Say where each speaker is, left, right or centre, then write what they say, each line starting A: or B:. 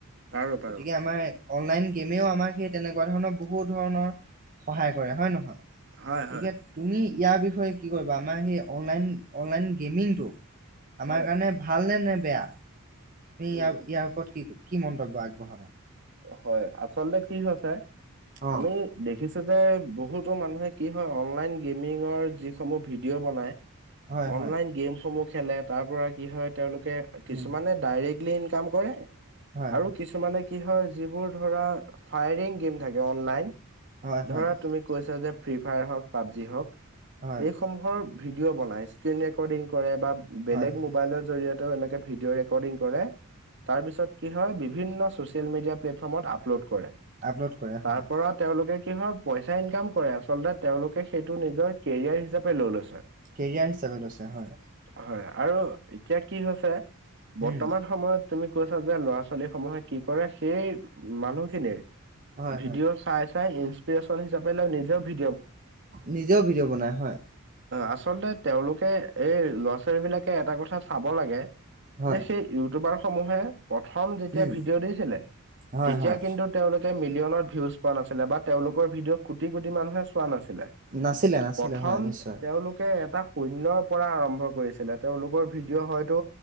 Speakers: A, on the right; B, on the right.
A: পাৰো পাৰো
B: গতিকে আমাৰ অনলাইন গেমেও আমাক সেই তেনেকুৱা ধৰণৰ বহুত ধৰণৰ সহায় কৰে হয়, নহয়?
A: হয়
B: গতিকে
A: হয়
B: তুমি ইয়াৰ বিষয়ে কি কৰিবা? আমাৰ সেই অনলাইন, অনলাইন গেমিংটো আমাৰ
A: হয়
B: কাৰণে ভালনে, নে বেয়া? তুমি ইয়াৰ,
A: উম
B: ইয়াৰ ওপৰত কি ক কি মন্তব্য আগবঢ়াবা?
A: হয়, আচলতে কি হৈছে
B: অ
A: আমি দেখিছোঁ যে বহুতো মানুহে কি হয়, অনলাইন গেমিঙৰ যিসমূহ ভিডিঅ' বনায়।
B: হয়
A: অনলাইন
B: হয়
A: গেমসমূহ খেলে, তাৰ পৰা কি হয়, তেওঁলোকে কিছুমানে
B: উম
A: ডাইৰেক্ট লী, ইনকাম কৰে,
B: হয়
A: আৰু
B: হয়
A: কিছুমানে কি হয় যিবোৰ ধৰা ফায়াৰিং গেম থাকে অনলাইন,
B: হয় হয়
A: ধৰা তুমি কৈছা যে ফ্ৰী ফায়াৰ হওঁক, পাবজি হওঁক,
B: হয়
A: এইসমূহৰ ভিডিঅ' বনাই, স্ক্ৰীন ৰেকৰ্ডিং কৰে, বা বেলেগ
B: হয় হয়
A: মবাইলৰ জৰিয়তেয়ো এনেকে ভিডিঅ' ৰেকৰ্ডিং কৰে, তাৰপাছত কি হয়, বি বিভিন্ন চচিয়েল মেডিয়া প্লেটফ্ৰমত আপলোড কৰে,
B: আপলোড কৰে হয়
A: তাৰপৰা তেওঁলোকে কি হয়, পইচা ইনকাম কৰে আচলতে তেওঁলোকে সেইটো নিজৰ কেৰিয়াৰ হিচাপে লৈ লৈছে।
B: কেৰিয়াৰ হিচাপে লৈছে হয়।
A: হয়, আৰু এতিয়া কি হৈছে, বৰ্তমান
B: উম
A: সময়ত তুমি কৈছা যে, ল'ৰা ছোৱালীসমূহে কি কৰে, সেই মানুহখিনি
B: হয়
A: ভিডিঅ'
B: হয়
A: চাই, চাই ইঞ্চপ্ৰেচ হিচাপে লয় নিজৰ ভি
B: নিজেও ভিডিঅ' বনাই হয়।
A: আচলতে তেওঁলোকে এই ল'ৰা, ছোৱালীবিলাকে এটা কথা চাব লাগে।
B: হয়
A: যে সেই ইউটিউবাৰ সমূহে প্ৰথম যেতিয়া
B: উম
A: ভিডিঅ' দিছিলে
B: হয়
A: তেতিয়া
B: হয়
A: কিন্তু তেওঁলোকে মিলিয়নত ভিউজ পোৱা নাছিল বা তেওঁলোকৰ ভিডিঅ' কোটি কোটি মুহে চোৱা নাছিল।
B: নাছিলে নাছিলে
A: প্ৰথম
B: হয় নিশ্চয়
A: তেওঁলোকে এটা শুন্যয়ৰ পৰা আৰম্ভ কৰিছিলে তেওঁলোকৰ ভিডিঅ' হয়তো